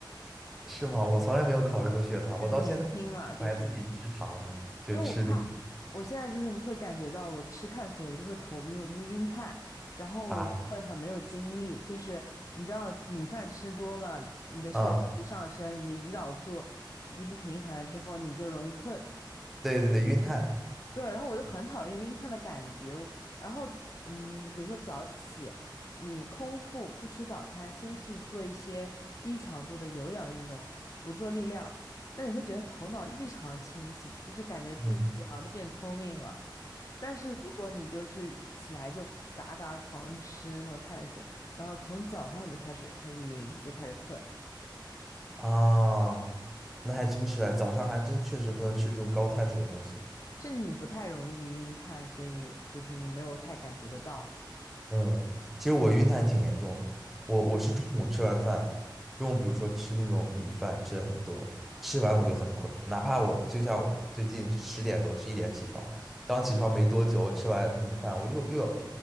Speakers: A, in the centre; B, on the left.
A: 是吗？我从来没有考虑过血糖，
B: 还是年轻嘛，
A: 我到现在
B: 就是。
A: 我还自己吃糖呢，就吃那个
B: 因为我怕，我现在就是会感觉到我吃碳水，我就会头晕，我就会晕碳，然后我会很没有精力。
A: 啊。
B: 就是你知道，米饭吃多了，你的血糖一上升，
A: 啊，
B: 你的胰岛素一不平衡之后，你就容易困。
A: 对对对，晕碳，
B: 对，然后我就很讨厌晕碳的感觉。我，然后早嗯，比如说早起，你空腹不吃早餐，先去做一些低强度的有氧运动，不做力量，那你会觉得头脑异常清醒，就是感觉自己好像都变聪明了。
A: 嗯，
B: 但是如果你就是起来就嘎嘎狂吃那种碳水，然后从早上你就开始开始晕，就开始困，
A: 啊，那还真是啊，早上还真确实不能吃这种高碳水的东西。
B: 是你不太容易晕碳，所以就是你没有太感觉得到。
A: 嗯，其实我晕碳挺严重的，我我是中午吃完饭，中午比如说吃那种米饭吃的很多，吃完我就很困，哪怕我就像我最近十点多十一点起床，刚起床没多久，我吃完米饭我又又又